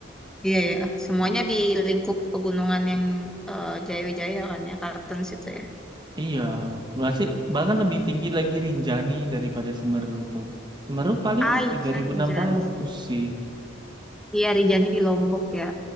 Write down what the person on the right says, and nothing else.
iya, masih bahkan lebih tinggi lagi Rinjani daripada Semeru tuh. Semeru paling
tiga ribu
enam ratus sih.